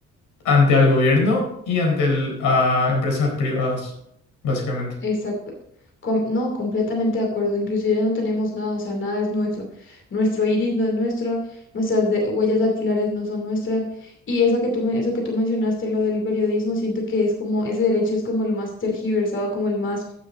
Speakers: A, on the left (about 85°); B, on the left (about 40°).
A: ante el gobierno y ante el- a empresas privadas, básicamente.
B: Exacto. Com- no, completamente de acuerdo. Inclusive no tenemos nada, o sea, nada es nuestro. Nuestro iris no es nuestro, nuestras de- huellas dactilares no son nuestras. Y eso que tú, men- eso que tú mencionaste, lo del periodismo, siento que es como, ese derecho es como el más tergiversado, como el más